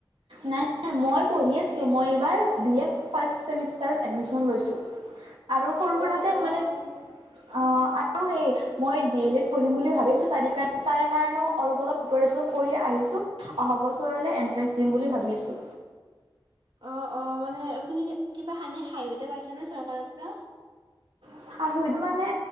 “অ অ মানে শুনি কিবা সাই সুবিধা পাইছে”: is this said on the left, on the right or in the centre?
Right